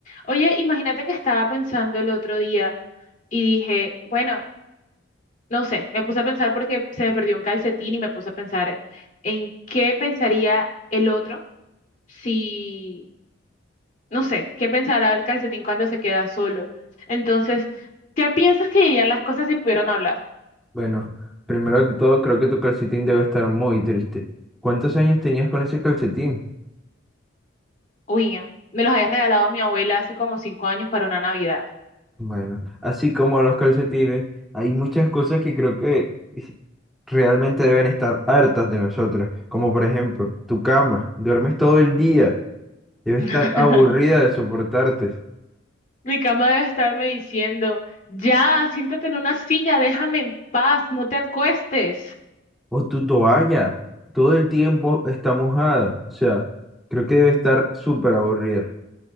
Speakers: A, on the left (about 40°); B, in the centre.
A: Oye, imagínate que estaba pensando el otro día y dije, bueno, no sé, me puse a pensar porque se me perdió un calcetín y me puse a pensar en qué pensaría el otro si, no sé, qué pensará el calcetín cuando se queda solo. Entonces, ¿qué piensas que dirían las cosas si pudieran hablar?
B: Bueno, primero que todo, creo que tu calcetín debe estar muy triste. ¿Cuántos años tenías con ese calcetín?
A: Uy, me los había regalado mi abuela hace como cinco años para una Navidad.
B: Bueno, así como los calcetines, hay muchas cosas que creo que es- realmente deben estar hartas de nosotros. Como por ejemplo, tu cama. Duermes todo el día. Debe
A: <laughs>
B: estar aburrida de soportarte.
A: Mi cama debe estarme diciendo, ya, siéntate en una silla, déjame en paz, no te acuestes.
B: O tu toalla. Todo el tiempo está mojada. O sea, creo que debe estar súper aburrida.